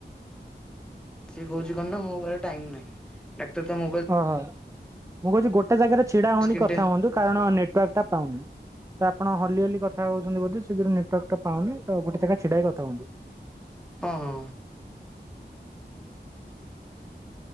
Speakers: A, in the centre; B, on the right.
A: ସେଏ କହୁଛି କଣ ନା ମୋ ପଖରେ ଟାଇମ ନାହିଁ ଡାକ୍ତର ମୋବାଇଲ
B: ଓହୋ। ମୁଁ କହୁଛି ଗୋଟେ ଜାଗାରେ ଛିଡା ହୁଅନ୍ତି
A: ସ୍କ୍ରିନ୍
B: କଥା
A: ଟାଇମ୍
B: ହୁଅନ୍ତୁ କାରଣ ନେଟୱାର୍କ ଟା ପାଉନି। ତ ଆପଣ ହଲି ହଲି କଥା ହଉଛନ୍ତି ବୋଧେ ସେଥିରେ ନେଟୱାଟକ୍ ପାଉନିଉ ଗୋଟେ ଜାଗାରେ ଛିଡା ହେଇକି କଥା ହୁନ୍ତୁ। <inaudible>
A: ହଁ ହଁ।